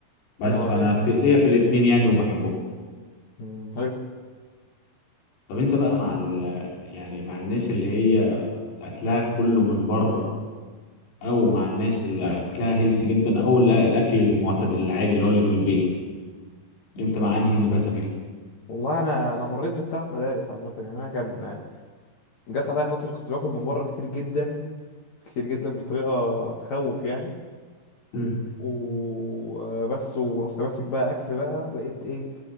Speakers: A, on the left; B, on the left.
A: بس
B: اه
A: فانا
B: ايوه
A: في
B: ايوه
A: ليا في الاثنين يعني وبحبهم
B: امم
A: طب انت بقى مع ال... يعني مع الناس اللي هي اكلها كله من بره او مع الناس اللي اكلها هيلسي جدا او الأ- الاكل المعتدل العادي اللي هو اللي في البيت انت مع
B: حلو
A: انهي مدرسه فيهم
B: والله انا انا مريت بالثلاث مدارس عامه يعني انا كان جت عليا فتره كنت باكل من بره كتير جدا كتير جدا بطريقه تخوف يعني
A: مم.
B: وبس ورحت ماسك بقى اكل بقى بقيت ايه